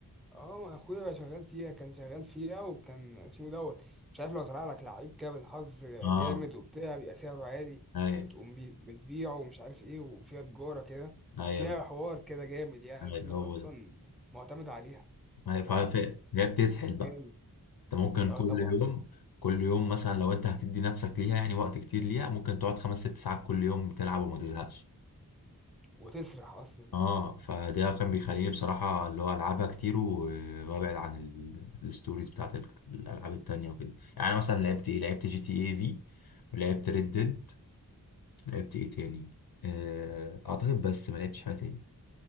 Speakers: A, in the centre; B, on the left.
A: اه ما اخويا شغال فيها كان شغال فيها وكان اسمه دوت مش عارف لو طلع لك لعيب كده بالحظ
B: اه
A: جامد وبتاع بيبقى سعره عالي
B: ايوه
A: بتقوم بي- بتبيعه ومش عارف ايه وفيها تجارة كده
B: ايوه
A: فيها حوار كده جامد يعني
B: ايوه
A: في ناس
B: هو
A: اصلا
B: ده
A: معتمدة عليها
B: ايوه
A: ف
B: فهي هي بتسحل بقى
A: جامد
B: انت ممكن
A: اه
B: كل
A: طبعا
B: يوم كل يوم مثلا لو انت هتدي نفسك ليها يعني وقت كتير ليها ممكن تقعد خمس ست ساعات كل يوم بتلعب وما تزهقش
A: وتسرح اصلا
B: اه فده كان بيخليني بصراحة اللي هو العبها كتير و- وابعد عن ال- الستوريز بتاعت ال- الالعاب التانية وكده يعني أنا مثلا لعبت ايه لعبت جي تي اي في ولعبت ريد ديد لعبت ايه تاني آه، اعتقد بس ما لعبتش حاجة تاني